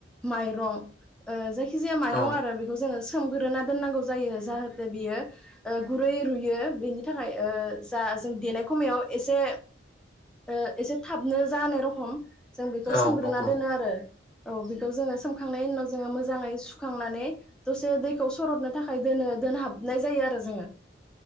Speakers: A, in the centre; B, on the left.
A: माइरं ओ जाय जायखिजाया माइरं
B: औ
A: आरो बेखौ जोङो सोमग्रोना दोननांगौ जायो जाहाथे बियो ओ गुरै रुयो बेनि थाखाय ओ जा जों देनाय खमयाव एसे ओ एसे थाबनो जानो रखम जों बेखौ
B: औ
A: सोमग्रोना
B: नंगौ।
A: दोनो आरो। औ बेखौ जोङो सोमखांनायनि उनाव जोङो मोजाङै सुखांनानै दसे दैखौ सरदनो थाखाय दोनो दोनहाबनाय जायो आरो जोङो।